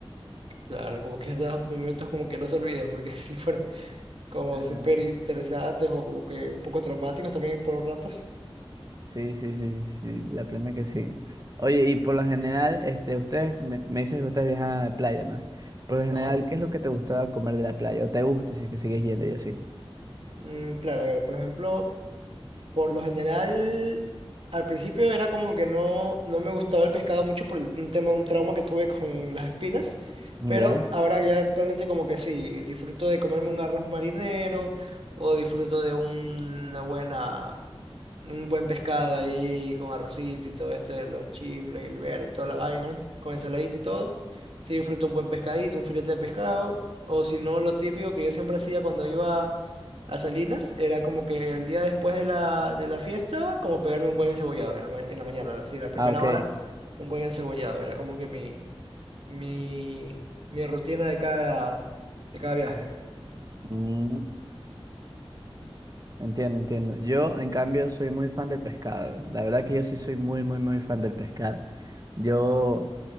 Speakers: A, on the right; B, on the right.
A: Claro, como que esos momentos como que no se olvidan porque <laughs> sí fueron como
B: Ajá.
A: súper interesantes o como que un poco traumáticos también por ratos.
B: Sí, sí, sí, sí, sí, la plena que sí. Oye, y por lo general, este, ustedes me, me dices que ustedes viajaban a la playa, ¿no? Por lo general,
A: Ajá.
B: ¿qué es lo que te gustaba comer de la playa? ¿O te gusta si es que sigues yendo y así?
A: Mm, claro, a ver, por ejemplo, por lo general, al principio era como que no, no me gustaba el pescado mucho por el- un tema, un trauma que tuve con las espinas,
B: ¿Ya?
A: pero ahora ya actualmente como que sí, disfruto de comerme un arroz marinero o disfruto de una buena... Un buen pescado ahí con arrocito y todo esto de los chifles y el verde y toda la vaina, con ensaladita y todo. Sí disfruto un buen pescadito, un filete de pescado. O si no, lo típico que yo siempre hacía cuando iba a Salinas era como que el día después de la, de la fiesta, como pegarme un buen encebollado en la, ma- en la mañana, la, sí, la primera
B: Ah, ok.
A: hora, un buen encebollado. Era como que mi, mi, mi rutina de cada, de cada viaje.
B: Mm, entiendo, entiendo. Yo, en cambio, soy muy fan del pescado. La verdad que yo sí soy muy, muy, muy fan del pescado. Yo